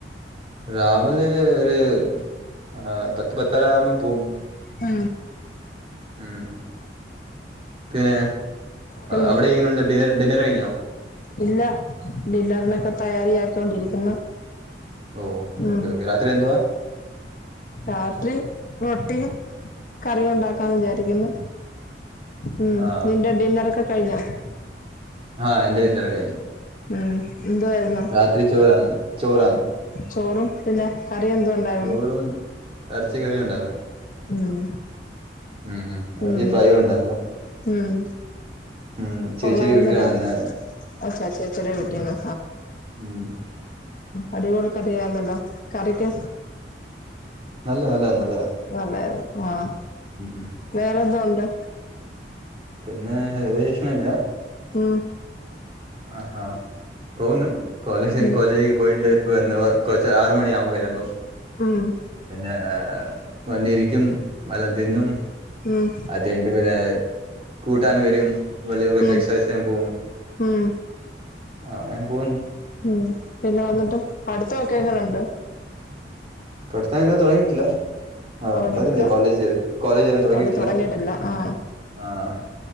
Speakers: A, on the right; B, on the left.
A: രാവില ഒര് ആ പത്ത് പത്തരാവ്മ്പൊ പോവും.
B: ആ
A: ഉം പിന്നെ
B: പിന്നെ
A: അവിടെ എങ്ങനുണ്ട് ഡിനർ ഡിന്നർ കഴിഞ്ഞോ?
B: ഇല്ല ഡിന്നറിനൊക്കെ തയ്യാരിയാക്കിക്കൊണ്ടിരിക്കുന്നു
A: ഓ
B: ഉം
A: ഓക്കെ ഓക്കെ രാത്രി എന്തുവാ
B: രാത്രി റൊട്ടിയും കറിയുണ്ടാക്കാന്ന് വിചാരിക്കുന്നു ഉം
A: ആഹ്
B: നിന്റെ ഡിന്നറൊക്കെ കഴിഞ്ഞോ? <unintelligible>
A: ആഹ എൻ്റെ കല്യാണം കഴിഞ്ഞു
B: ഉം എന്തുവായിരുന്നു
A: രാത്രി ചോറാണ്, ചോറാണ്.
B: ചോറും, പിന്നെ കറി എന്തോ ഉണ്ടായിരുന്.
A: ചോറും എറച്ചി കറി ഉണ്ടായിരുന്നു
B: ഉം
A: ഉം എറച്ചി
B: ഉം
A: ഫ്രൈ ഉണ്ടായിരുന്നു
B: ഉം.
A: ഉം ചേച്ചിയുടെ
B: കൊള്ളായിരുന്നല്ലോ,
A: വീട്ടിൽ വന്ന്
B: അത് ചച്ചേ ച്ചീടെ വീട്ടിന്ന.
A: ഉ്മ
B: അടിപൊളി കറിയാണല്ലോ കറിക്ക്
A: അല്ല അല്ലഅല്ല.
B: നല്ലായിരുന്നു. ആഹ്
A: ഉം
B: വേറെന്തോ ഉണ്ട്.
A: പിന്നെ <unintelligible>
B: ആ
A: ആ ആ തോന്ന്. കോളേജ്കോളേജിലേക്ക്
B: ഉം
A: പോയിട്ട് പിന്നെ വന്നത് കൊച്ച് ആറു മണിയാകും വരുമ്പം
B: ഉം
A: പിന്നേ വന്നിരിക്കും. വല്ലം തിന്നും,
B: ഉം ഉം
A: അതയ്നിട്ട് പിന്നെ കൂട്ടാന് വരും. വെളി കൊച്ച
B: ഉം
A: എക്സൈസ് ചെയ്യാൻ പോവും.
B: ഉം
A: അ ആൻ പോവുന്നു.
B: ഉം പിന്നെ വന്നിട്ട് പഠിത്തമൊക്കെ എങ്ങനെുണ്ട്
A: പഠിത്തമൊക്കെ തുടങ്ങിയിട്ടില്ല ആ
B: തുടങ്ങിയിട്ടില്ല
A: പറഞ്ഞില്ലേ കോളേജ് കോളേജ് തുടങ്ങിയിട്ടില്ല
B: തൊട ആ
A: ആഹ്.